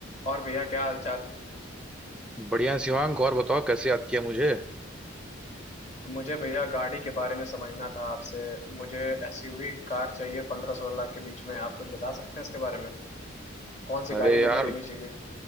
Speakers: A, on the left; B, in the centre.
A: और भैया क्या हाल चाल
B: बढ़िया शिवांग और बताओ कैसे याद किया मुझे
A: मुझे भैया गाड़ी के बारे में समझना था आपसे मुझे एसयूवी कार चाहिए पंद्रह सोलह लाख के बीच में आप कुछ बता सकते हैं इसके बारे में कौन सी
B: अरे
A: गाड़ी
B: यार
A: मुझे लेनी चाहिए